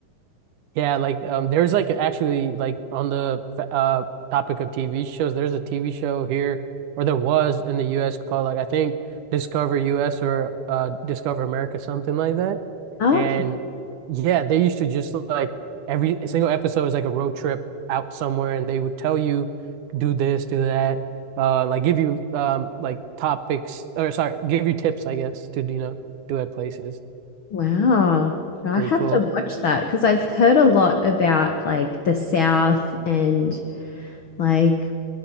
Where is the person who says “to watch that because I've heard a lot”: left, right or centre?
Left